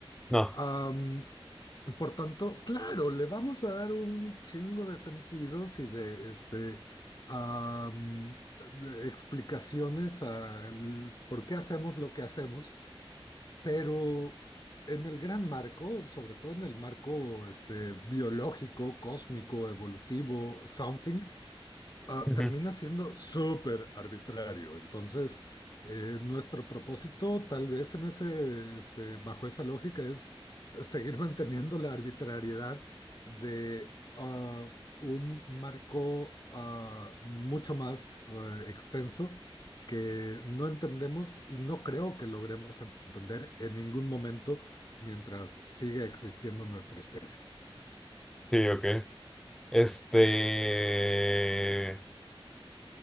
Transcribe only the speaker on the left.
Am, por tanto, claro, le vamos a dar un chingo de sentidos y de, este, am, de explicaciones al por qué hacemos lo que hacemos. Pero en el gran marco, sobre todo en el marco este, biológico, cósmico, evolutivo, something, ah,
termina siendo súper arbitrario. Entonces, eh, nuestro propósito, tal vez en ese, este, bajo esa lógica, es seguir manteniendo la arbitrariedad de ah, un marco ah, mucho más eh, extenso que no entendemos y no creo que logremos entender en ningún momento mientras siga existiendo nuestra especie.